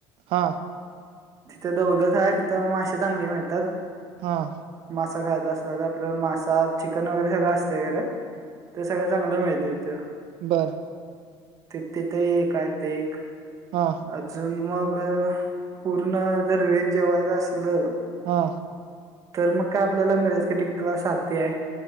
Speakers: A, on the right; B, on the right.
A: हां
B: तिथ दौलत आहे तिथं मासे चांगले मिळतात.
A: हां
B: मासा खात असत तर आपल्या मासा चिकन वगैरे सगळं असतं खर ते सगळ चांगलं मिळतय तीथ.
A: बरं
B: त तिथे काय ते एक
A: हा
B: अजून मग पूर्ण जर वेद जेवायच असलं.
A: हां
B: तर मग काय आपल्याला मिरज क टिक सारथी आहे.